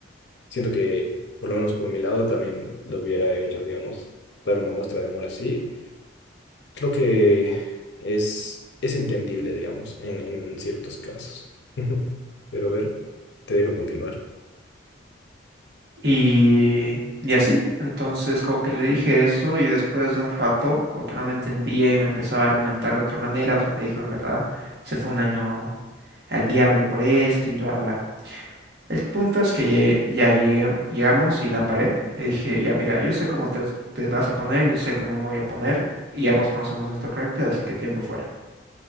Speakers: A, on the left (about 65°); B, on the right (about 55°).
A: Siento que, por lo menos por mi lado, también lo hubiera hecho, digamos, dar una muestra de amor así. Creo que es, es entendible, digamos, en, en ciertos casos. <laughs> Pero a ver, te dejo continuar.
B: Y, y así, entonces como que le dije eso y después de un rato como que no me entendía y me empezaba a argumentar de otra manera, o sea, me dijo en verdad, se fue un año al diablo por esto y bla, bla. bla". El punto es que lle- ya, llegué, llegamos y la paré, le dije, ya mira, yo sé cómo te, te vas a poner, yo sé cómo me voy a poner y ambos conocemos nuestro carácter, así que tiempo fuera.